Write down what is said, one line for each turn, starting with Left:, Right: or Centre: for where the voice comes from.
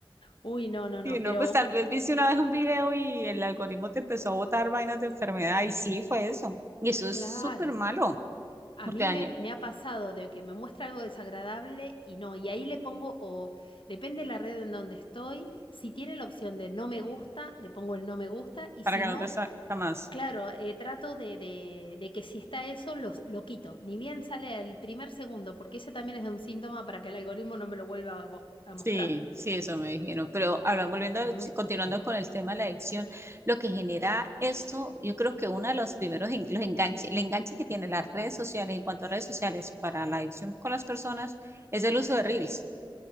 Left: Uy, no, no,
Right: Y
Left: no.
Right: no,
Left: Pero,
Right: pues tal vez viste una vez un video y el algoritmo te empezó a botar vainas de enfermedad y sí, fue eso. Y eso es
Left: claro,
Right: súper malo,
Left: a
Right: porque
Left: mí
Right: daña,
Left: me, me ha pasado de que me muestra algo desagradable y no. Y ahí le pongo, o depende de la red en donde estoy, si tiene la opción de no me gusta, le pongo el no me gusta. Y
Right: para
Left: si
Right: que
Left: no,
Right: no te salga más.
Left: Claro, eh, trato de, de- de que si está eso, los, lo quito. Ni bien sale el primer segundo, porque ese también es un síntoma para que el algoritmo no me lo vuelva a, mos- a
Right: Sí,
Left: mostrar.
Right: sí, eso me dijeron. Pero ahora volviendo, a-
Left: Mm,
Right: sí, continuando con el tema de la adicción, lo que genera esto, yo creo que uno de los primeros en- los enganches, el enganche que tienen las redes sociales, en cuanto a redes sociales, para la adicción con las personas, es el uso
Left: sí.
Right: de Reels.